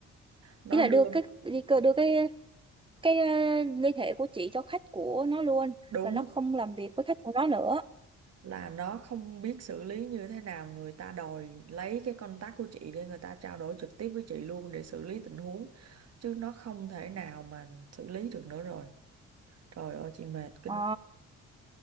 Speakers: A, on the right; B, on the right.
A: nó
B: ý là
A: đưa
B: đưa cái đi cơ- đưa cái cái ờ, liên hệ của chị cho khách của nó luôn
A: đúng
B: và nó không làm việc với khách của nó nữa
A: là nó không biết xử lý như thế nào người ta đòi lấy cái contact của chị để người ta trao đổi trực tiếp với chị luôn để xử lý tình huống chứ nó không thể nào mà xử lý được nữa rồi trời ơi chị mệt kinh
B: Ờ
A: khủng